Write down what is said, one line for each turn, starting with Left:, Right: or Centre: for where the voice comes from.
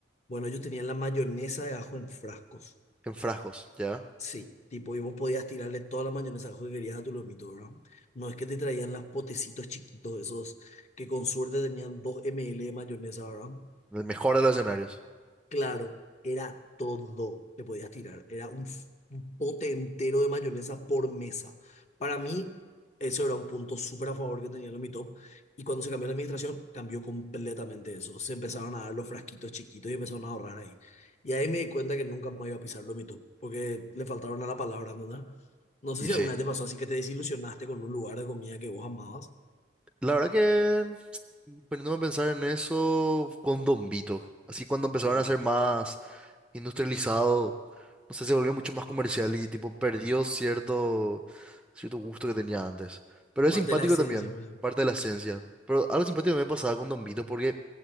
Left: Bueno, ellos tenían la mayonesa de ajo en frascos.
Centre: en Frascos, ¿ya?
Left: Sí, tipo, y vos podías tirarle toda la mayonesa de ajo que querías a tu lomito, ¿verdad? No es que te traían los potecitos chiquitos esos que con suerte tenían 2 ml de mayonesa, ¿verdad?
Centre: El mejor de los escenarios.
Left: Claro, era todo le podías tirar. Era un, f- un pote entero de mayonesa por mesa. Para mí, eso era un punto súper a favor que tenía lo Mi Top. Y cuando se cambió la administración, cambió completamente eso. Se empezaron a dar los frasquitos chiquitos y empezaron a ahorrar ahí. Y ahí me di cuenta que nunca más iba a pisar lo Mi Top, porque le faltaron a la palabra, ¿entendés? No sé
Centre: Y
Left: si
Centre: sí.
Left: alguna vez te pasó así que te desilusionaste con un lugar de comida que vos amabas.
Centre: La verdad que, poniéndome a pensar en eso, con Don Vito. Así cuando empezaron
Left: O
Centre: a ser más industrializado, no sé, se volvió mucho más comercial y tipo perdió cierto, cierto gusto que tenía antes. Pero es
Left: parte
Centre: simpático
Left: de la esencia,
Centre: también,
Left: pues.
Centre: parte de la esencia. Pero algo simpático me pasaba con Don Vito porque